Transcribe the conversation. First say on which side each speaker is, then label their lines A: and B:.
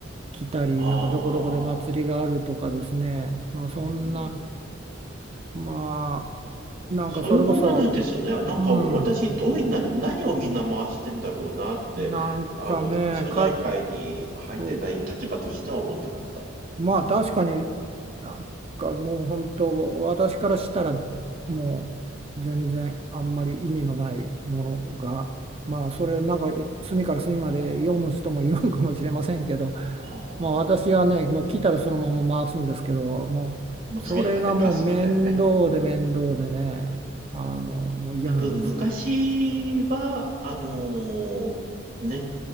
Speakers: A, on the right; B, on the right.
A: きたり、
B: あ
A: なんかどこどこで祭りがあるとかですね、
B: あ、
A: まあ、そんな、
B: うん。
A: まあ、なんかそれこそ、
B: そういうものなんですよね。なんか私、
A: うん、
B: どうい、何、何をみんな回してんだろうなって、
A: なんかね、
B: あの、町内会に入ってない立場としては思ってました。
A: か、そうまあ確かに
B: うん。
A: なんかもう本当私からしたらもう全然あんまり意味のないものがまあそれをなんか隅から隅まで読む人もいるんかもしれませんけど
B: ああ、ああ。
A: まあ私はねもう来たらそのまま回すんですけどもうそれがもう面倒で面倒でねあのもう嫌なんですよも
B: もう次の方へパスみたいなね。うん。多分昔は、あのーネッ